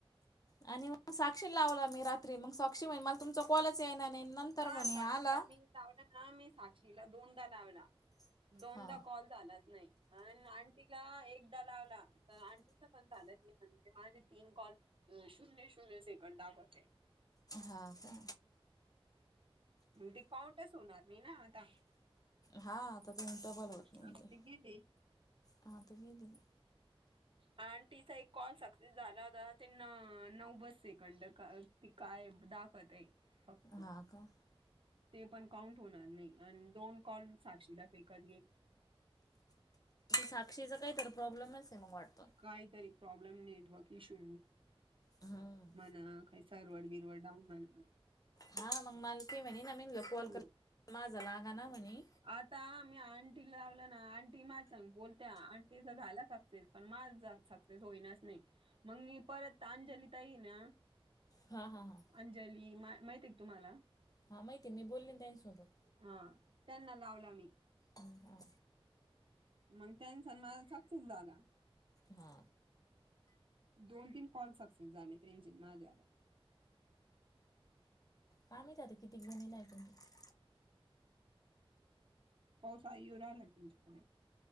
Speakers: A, on the left (about 40°); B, on the right (about 60°).
A: आणि मग साक्षी लावला मी रात्री मग साक्षी म्हण मला तुमचा कॉलच ये ना नाही नंतर
B: हा
A: म्हणे
B: साक्षीला
A: आला
B: मी लावला ना मी साक्षीला दोनदा लावला दोनदा
A: हा
B: कॉल झालाच नाही. अ आंटीला एकदा लावला तर आंटीच पण झालं ते म्हणजे ह तीन कॉल. अ शून्य शून्य सेकंद दाबायचाय.
A: हा का.
B: मी ते काउंटच होणार मी ना आता.
A: हा आता ते बल होत नाही
B: आता
A: ते
B: गेले
A: हा त गेली मी.
B: आणि तिचा एक कॉल सक्सेस झाला होता ते न नऊवद सेकंड का. ती काय दाखत आहे फक्त
A: हा का
B: ते पण काउंट होणार. नाही आणि दोन कॉल साक्षीला फेकत घेल.
A: साक्षीचा काही तर प्रॉब्लेमच आहे मग वाटतं
B: काहीतरी प्रॉब्लेम नेटवर्क इशू
A: हम्म
B: म्हणा काही सारवड बिरवडडऊ <unintelligible>
A: हा मग मालकी म्हणे न मन ल कॉल कर
B: ह
A: माझालागा ना म्हणे.
B: आता मी आंटी ला लावलं ना आंटी मा सांग बोलत्या आंटीचा झाला सक्सेस. पण माझा सक्सेस होईनाच नाही मग मी परत अंजलीताई ना.
A: हा हा हा.
B: अंजली मा माहित आहे तुम्हाला.
A: हां माहितीय मी बोलले त्यांसोबत.
B: हा त्यांना लावला मी.
A: हा.
B: मग त्यान सन मला सक्सेस झाला.
A: हा.
B: दोन तीन कॉल सक्सेस झाले त्यांचे आणि माझ्या
A: आम्ही नाही तर किती. <unintelligible>
B: पाऊस आ येऊ राहिला का तुमच्या कडे.